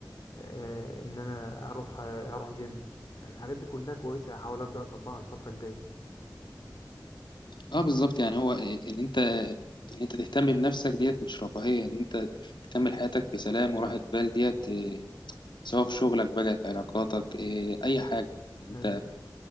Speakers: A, on the left; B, on the left.
A: آه، إن أنا أروح آه، أروح جيم الحاجات دي كلها كويسة هحاول أبدأ أطبقها الفترة الجاية
B: اه بالظبط يعني هو إيه- ان انت ان انت تهتم بنفسك ديت مش رفاهيه ان انت تكمل حياتك في سلام وراحه بال ديت إيه، سواء في شغلك بقى في علاقاتك إيه، اي حاجه انت
A: أيوة